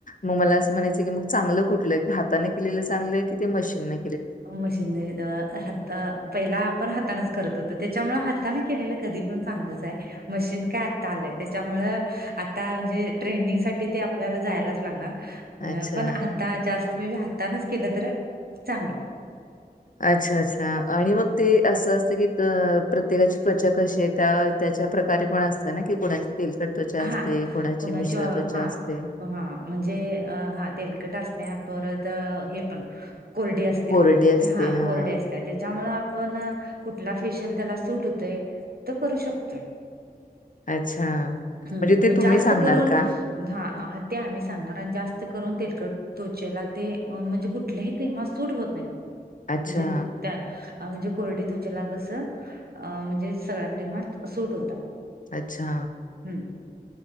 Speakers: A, on the left; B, on the right.
A: मग मला असं म्हणायचं की मग चांगलं कुठलंय की हाताने केलेलं चांगलंय किती मशीन नाही.
B: मशीन हता पहिला आपण हाताानच करत होत त्याच्यामुळे हाताने केलेलं कधी पण चांगलंच आहे. मशीन काय आलय त्याच्यामुळ आता म्हणजे ट्रेंडिंग साठी ते आपल्याला जायलाच लागणार.
A: अच्छा.
B: अ पण हात जास्त म्हणजे हातानच केलं तर चांगलं.
A: अच्छा अच्छा आणि मग ते असं असतं की प्रत्येकाची त्वचा कशी आहे. त्या त्याच्या प्रकारे पण असत ना की कुणाची तेलकट त्वचा असते
B: हा
A: कोुणाची
B: कोणाच्या
A: मिश्र त्वचा
B: हा
A: असते.
B: हा म्हणजे हा तेलकट असत परत हे पण कोरडी असत्या
A: कोरडी असते.
B: तर हा
A: हां.
B: कोरडी असत्या. त्याच्यामु आपण कुठला फेशियल त्याला सूट होतोय तर करू शकतोय.
A: अच्छा
B: ह
A: म्हणजे ते
B: मग
A: तुम्ही
B: जास्त
A: सांगणार
B: करून
A: का?
B: ह ते आम्ही सांगणार आणि जास्त करून तेलकट त्वचेला ते म्हणजे कुठल्याही क्रीम सूट होत नाहीत
A: अच्छा,
B: म्हणजे त्या म्हणजे कोरडी तो चलागस म्हणजे सगळ्या क्रीमात सूट होतात.
A: अच्छा.
B: हम्म.